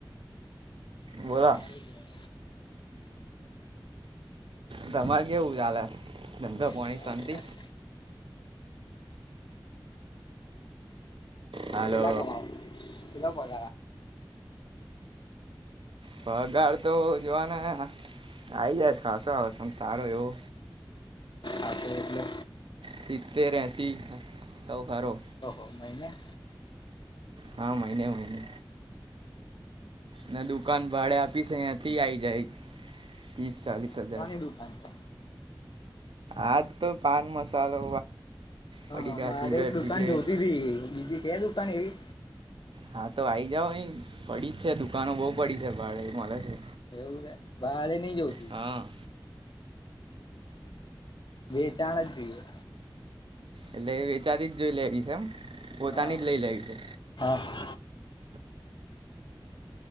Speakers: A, on the right; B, on the left.
A: બોલો
B: હારું કેવાય
A: તમારે કેવું ચાલે ધંધો પોણી
B: કેવાય
A: શાંતિ હાલો
B: કેટલા કમાઓ કેટલો પગાર આ
A: પગાર તો જોવાને આવી જાય ખાસો આવે છે આમ સારો એવો.
B: આતો એટલે
A: સીતેર એસી એવો ખરો
B: ઓહો મહિને.
A: હા મહિને મહિને ને દુકાન ભાડે આપીશ અયાથી આયી જાય ત્રીસ
B: હા
A: ચાલીસ
B: હા
A: હજાર.
B: કોની દુકાન છે
A: આજ તો પાન મસાલો.
B: હા
A: પડીકા
B: મારે
A: સિગરેટ
B: એક દુકાન
A: બિગરેટ
B: જોતી હતી બીજી છે દુકાન એવી.
A: હા તો આ આવી જાાવ અહી પડી જ છે દુકાનો બહુ પડી છે ભાડે મળે છે.
B: એવું છે ભાડે ની જોતી
A: હા
B: બેચાણ જ જોઈએ.
A: એટલે વેચાતી જ જોઈ લેવી છે એમ પોતાની
B: હા
A: જ લઈ લેવી છે.
B: હા